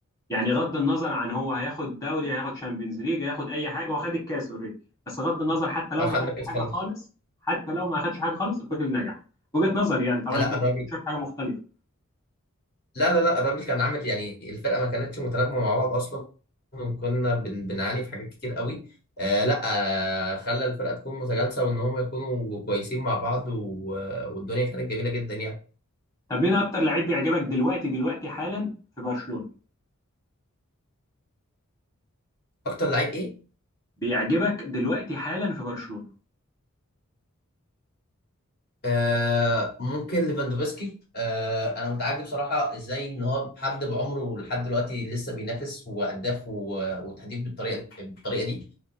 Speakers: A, on the left; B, on the left.
A: يعني غض النظر عن هو هياخد دوري هياخد شامبيونز ليج هياخد اي حاجة هو خد الكاس اوريدي بس غض النظر حتى لو
B: اخدنا
A: ما خدش
B: كاس
A: حاجة
B: خلاص
A: خالص حتى لو ما خدش حاجة خالص الراجل نجح. وجهة نظري يعني طبعا
B: لا
A: انت ممكن
B: الراجل
A: تشوف حاجة مختلفة.
B: لا لا لا الراجل كان عامل يعني الفرقه ما كانتش متناغمه مع بعض اصلا وكنا بن بنعاني في حاجات كتير قوي آه لا آه خلى الفرقه تكون متجانسه وان هم يكونوا كويسين مع بعض و... والدنيا كانت جميله جدا يعني
A: طب مين اكتر لعيب بيعجبك دلوقتي دلوقتي حالا في برشلونة
B: اكتر لعيب ايه
A: بيعجبك دلوقتي حالا في برشلونة
B: آه ممكن ليفاندوفسكي آه انا متعجب صراحه ازاي ان هو حد بعمره لحد دلوقتي لسه بينافس وهداف و... وتهديف بالطريقه بالطريقه دي